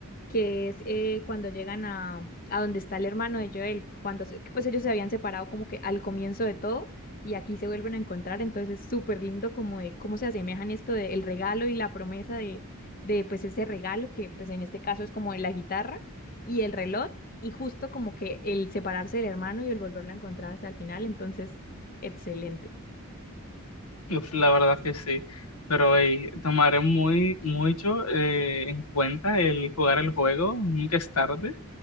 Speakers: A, on the left; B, on the left.
A: que es eh, cuando llegan a, a donde está el hermano de Joel, cuando se- pues ellos se habían separado como que al comienzo de todo y aquí se vuelven a encontrar, entonces es súper lindo como de cómo se asemejan esto del regalo y la promesa de, de pues ese regalo que pues en este caso es como de la guitarra y el reloj y justo como que el separarse del hermano y el volverlo a encontrar hasta el final, entonces excelente.
B: Uf, la verdad que sí. Pero hey, tomaré muy mucho eh, en cuenta el jugar el juego, nunca es tarde,